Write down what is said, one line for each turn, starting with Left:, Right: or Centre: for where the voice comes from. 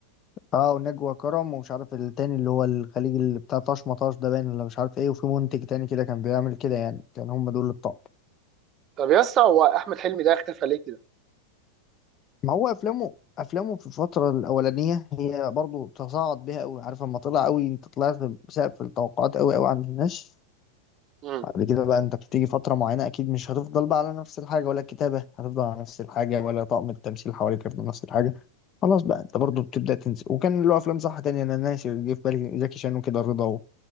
Left: اه ونجوى كرم ومش عارف التاني اللي هو الخليجي اللي بتاع طاش مطاش ده باين ولا مش عارف ايه وفي منتج تاني كده كان بيعمل كده يعني كان هم دول اللي بتوع
Right: طب يا اسطى هو احمد حلمي ده اختفى ليه كده
Left: ما هو افلامه افلامه في الفتره الاولانيه هي برضو تصاعد بيها قوي عارف لما طلع قوي انت طلعت بسقف التوقعات قوي قوي عند الناس
Right: امم
Left: بعد كده بقى انت بتيجي فتره معينه اكيد مش هتفضل بقى على نفس الحاجه ولا الكتابه هتفضل على نفس الحاجه ولا طاقم التمثيل حواليك هيفضل نفس الحاجه خلاص بقى انت برضو بتبدا تنسى وكان له افلام صح تانية انا ناسي اللي جه في بالي زكي شان وكده رضا